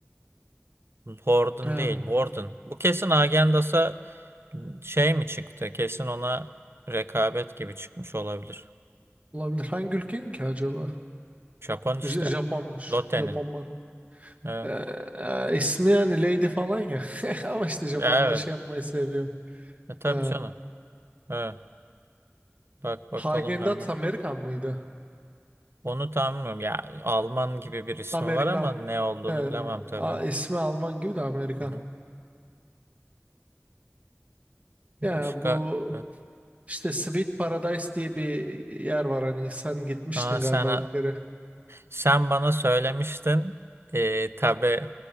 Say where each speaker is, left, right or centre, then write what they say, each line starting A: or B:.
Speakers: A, on the right; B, on the right.
A: Horton
B: Ya,
A: değil, Borden. Bu kesin Agendas'a şey mi çıktı? Kesin ona rekabet gibi çıkmış olabilir.
B: olabilir. Hangi ülkenin ki acaba?
A: Japon işte.
B: J- Japonmuş.
A: Lotte'nin.
B: Japon marka.
A: Evet.
B: Ee, ismi yani Lady falan ya. <laughs> Ama işte Japonlar
A: Ya evet.
B: şey yapmayı seviyor.
A: E tabii
B: Ee,
A: canım. Evet. Bak bakalım
B: Hagen
A: hemen.
B: Dazs Amerikan mıydı?
A: Onu tahmin etmiyorum. Ya Alman gibi bir ismi
B: Amerikan.
A: var ama ne olduğunu
B: Ee,
A: bilemem tabii.
B: a- ismi Alman gibi de Amerikan.
A: Hı hı. Başka.
B: Ya bu
A: Evet.
B: işte Sweet Paradise diye bir yer var hani sen gitmiştin
A: Aa
B: galiba
A: sen
B: bir kere.
A: Sen bana söylemiştin. Ee, tabii